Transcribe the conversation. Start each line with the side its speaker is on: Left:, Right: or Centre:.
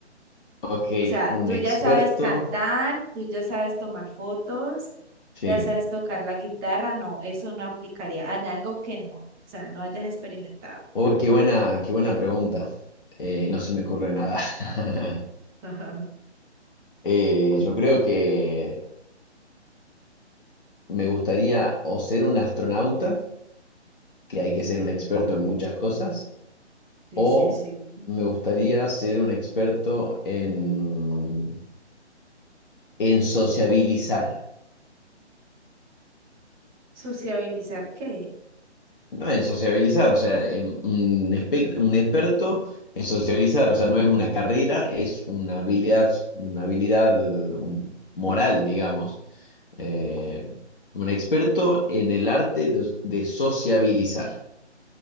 Left: Ok,
Centre: O sea,
Left: un
Centre: tú
Left: experto.
Centre: ya sabes cantar, tú ya sabes tomar fotos,
Left: Sí.
Centre: ya sabes tocar la guitarra. No, eso no aplicaría en algo que no, o sea, no hayas experimentado.
Left: Oh, qué buena, qué buena pregunta. Eh, no se me ocurre nada. <laughs>
Centre: <laughs>
Left: Eh, yo creo que me gustaría o ser un astronauta, que hay que ser un experto
Centre: Oh,
Left: en muchas cosas,
Centre: sí,
Left: o
Centre: sí, sí.
Left: me gustaría ser un experto en, en sociabilizar.
Centre: ¿Sociabilizar qué?
Left: No en sociabilizar, o sea, en- un, espe- un experto en sociabilizar, o sea, no es una carrera, es una habilidad, una habilidad moral, digamos. Eh, un experto en el arte de, de sociabilizar.